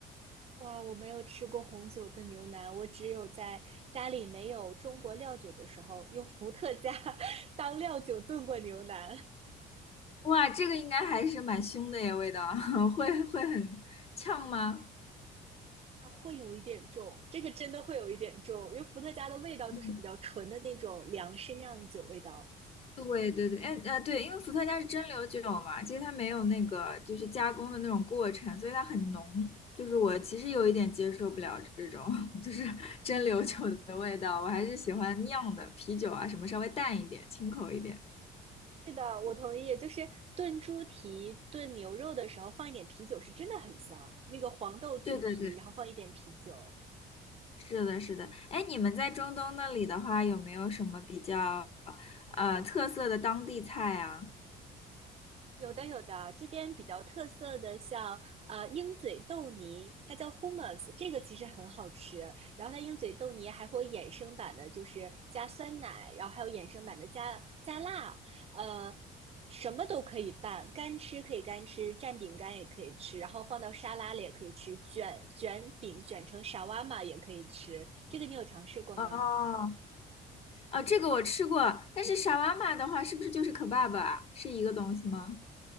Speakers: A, on the right; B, on the left.
A: 哇，我没有吃过红酒炖牛腩，我只有在家里没有中国料酒的时候，用伏特加 <laughs> 当料酒炖过牛腩。
B: 哇，这个应该还是蛮凶的耶，味道 <laughs> 会会很呛吗？
A: 啊，会有一点重，这个真的会有一点重，因为伏特加的味道就是比较纯的那种粮食酿酒味道。
B: 嗯对对对，哎呃，对，因为伏特加是蒸馏酒嘛，其实它没有那个就是加工的那种过程，所以它很浓。就是我其实有一点接受不了这种 <laughs> 就是蒸馏酒的味道，我还是喜欢酿的啤酒啊，什么稍微淡一点、清口一点。
A: 是的，我同意。就是炖猪蹄、炖牛肉的时候放一点啤酒，是真的很香。那个黄豆猪蹄，
B: 对对对，
A: 然后放一点啤酒。
B: 是的，是的。哎，你们在中东那里的话，有没有什么比较呃特色的当地菜啊？
A: 有的有的，这边比较特色的像呃鹰嘴豆泥，它叫 hummus，这个其实很好吃。然后它鹰嘴豆泥还会有衍生版的，就是加酸奶，然后还有衍生版的加加辣，呃，什么都可以拌，干吃可以干吃，蘸饼干也可以吃，然后放到沙拉里也可以吃，卷卷饼卷成沙瓦玛也可以吃。这个你有尝试过吗？
B: 哦，哦，这个我吃过，但是沙瓦玛的话，是不是就是可 e b 啊？是一个东西吗？